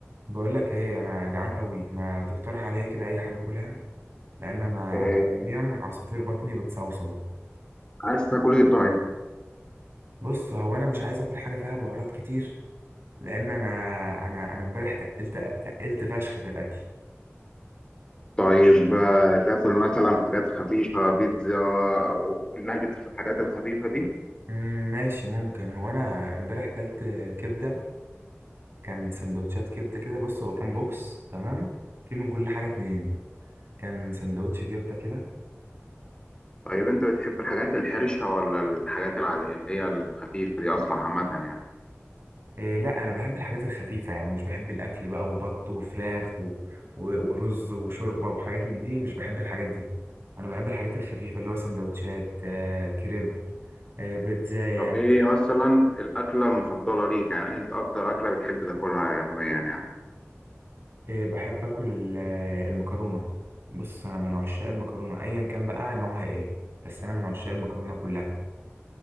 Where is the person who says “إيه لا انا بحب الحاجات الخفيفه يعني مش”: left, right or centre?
Right